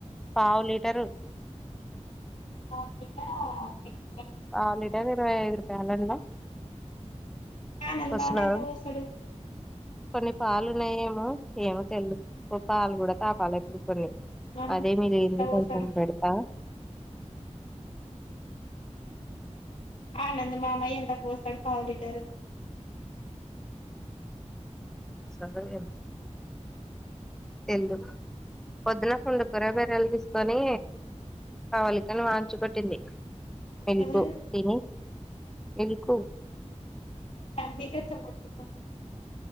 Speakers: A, in the centre; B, on the left.
A: పావు లీటరు
B: <unintelligible>
A: పావు లిటర్ ఇరవై ఐదు రూపాయలన్న
B: ఆనంద్
A: కొస్సున్నరు
B: మామ ఎంత పోస్తాడు
A: కొన్ని పాలు ఉన్నాయేమో ఏమో తెలదు పాలు కూడా తాపాలి ఎప్పుడు కొన్ని
B: మామ
A: అదే మిగిలింది
B: ఎంత పోస్తాడు
A: కొంచెం పెడుతా
B: ఆనంద్ మామయ్య ఎంతకు పోస్తాడు పావు లీటర్
A: సందుక్ పోయింద్ ఎందుక్ పొద్దున పుండుకూర గర్రెలు తీసుకొని ప్రవళికను వాంచికొట్టింది ఎల్కు
B: ఎవరు
A: తిని ఎల్కు
B: <unintelligible> ఊ మ్